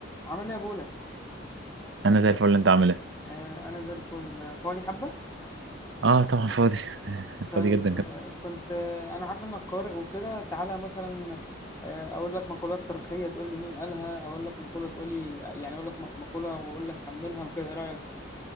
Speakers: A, on the left (about 15°); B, on the right (about 65°).
A: عامل ايه يا بولا
B: انا زي الفل انت عامل ايه
A: آه انا زي الفل آه، فاضي حبه
B: اه طبعا فاضي <laughs> فاضي
A: طيب
B: جدا كمان
A: آه كنت آه انا عارف انك قارئ وكده تعالى مثلا آه اقول لك مقولات تاريخيه تقول لي مين قالها اقول لك مقوله تقول لي يعني اقول لك م- مقوله واقول لك كملها وكده ايه رايك